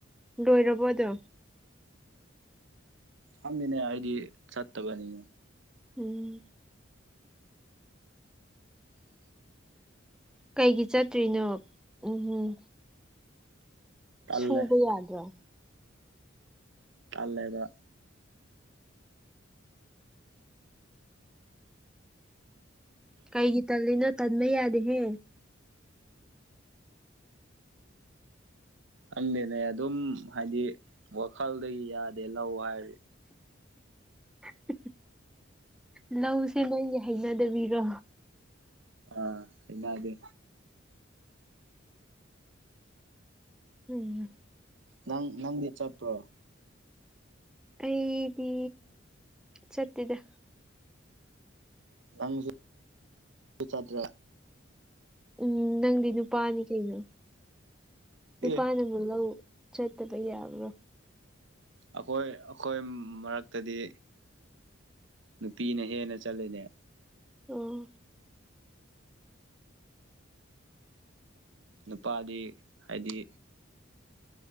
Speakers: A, in the centre; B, on the right.
A: ꯂꯣꯏꯔꯕꯣꯗꯣ
B: ꯑꯃꯤꯅꯦ ꯑꯩꯗꯤ ꯆꯠ ꯇꯀꯅꯤ
A: ꯎꯝ ꯀꯩꯒꯤ ꯆꯠꯇ꯭ꯔꯤꯅꯣ ꯎꯝ ꯎꯝ
B: ꯇꯜꯂꯦ
A: ꯁꯨꯕ ꯌꯥꯗ꯭ꯔꯣ
B: ꯇꯂꯦꯕ
A: ꯀꯩꯒꯤ ꯇꯜꯂꯤꯅꯣ ꯇꯟꯕ ꯌꯥꯗꯦꯍꯦ
B: ꯈꯪꯗꯦꯅꯦ ꯑꯗꯨꯝ ꯍꯥꯏꯗꯤ ꯋꯥꯈꯜꯗꯒꯤ ꯌꯥꯗꯦ ꯂꯧ ꯍꯥꯏꯔ
A: <inaudible> ꯂꯧꯁꯦ ꯅꯣꯏꯒꯤ ꯍꯩꯅꯗꯕꯤꯔꯣ
B: ꯑꯥ ꯏꯟꯅꯗꯤ
A: ꯎꯝ
B: ꯅꯪ ꯅꯪꯗꯤ ꯆꯠꯠꯇꯣ
A: ꯑꯩꯗꯤ ꯆꯠꯇꯗ
B: ꯅꯪꯁꯨ ꯆꯠꯇ꯭ꯔꯦ
A: ꯎꯝ ꯅꯪꯗꯤ ꯅꯨꯄꯥꯅꯤ ꯀꯩꯅꯣ ꯅꯨꯄꯥꯅ
B: ꯑꯦ
A: ꯑꯃꯨꯛ ꯂꯧ ꯆꯠꯇꯕ ꯌꯥꯕ꯭ꯔꯥ
B: ꯑꯩꯈꯣꯏ ꯑꯩꯈꯣꯏ ꯃꯔꯛꯇꯗꯤ ꯅꯨꯄꯤꯅ ꯍꯦꯟꯅ ꯆꯠꯂꯅꯦ
A: ꯑꯣ
B: ꯅꯨꯄꯥꯗꯤ ꯍꯥꯏꯗꯤ